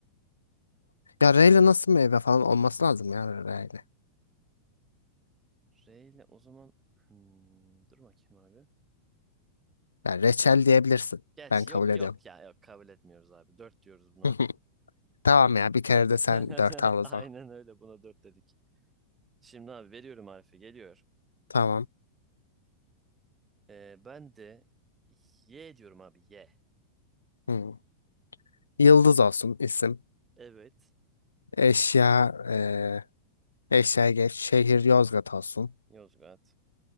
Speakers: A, on the left; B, on the right.
A: Ya R nasıl meyve falan olması lazım ya R
B: Reyle o zaman Hmm, dur bakayım abi.
A: Ya reçel diyebilirsin.
B: Geç
A: Ben kabul
B: yok
A: ediyorum.
B: yok ya yok kabul etmiyoruz abi. Dört diyoruz buna.
A: <laughs> Tamam ya bir kere de
B: <laughs>
A: sen dört al o
B: Aynen
A: zaman.
B: öyle buna dört dedik. Şimdi abi veriyorum harfi geliyor.
A: Tamam.
B: Ee, ben de Y diyorum abi Y.
A: Hmm. Yıldız olsun isim.
B: Evet.
A: Eşya eee eşya geç. Şehir Yozgat olsun.
B: Yozgat.